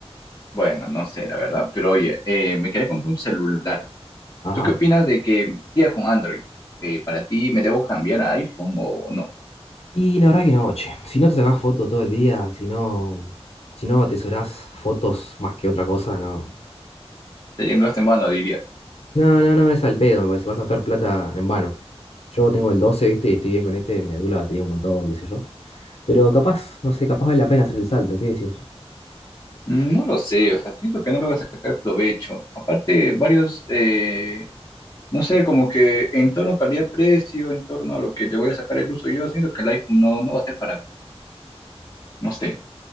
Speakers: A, on the left; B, on the left.
A: Bueno, no sé, la verdad. Pero oye, eh, me quería comprar un celular.
B: Ajá.
A: ¿Tú qué opinas de que sigas con Android? Eh, ¿para ti me debo cambiar a iPhone o no?
B: Y la verdad que no, che. Si no te sacás fotos todo el día, si no, si no atesorás fotos más que otra cosa, no.
A: Sería un gasto en vano, dirías.
B: No, no, no, es al pedo, me parece, vas a gastar plata en vano. Yo tengo el doce ¿viste? Y estoy bien con este, me dura la batería un montón, qué sé yo. Pero capaz, no sé, capaz vale la pena hacer el salto, ¿qué decís?
A: Mm, No lo sé, o sea, siento que no lo voy a sacar provecho. Aparte, varios, eh, no sé, como que en torno a calidad-precio, en torno a lo que le voy a sacar el uso, yo siento que el iPhone no, no va a ser para mí, no sé.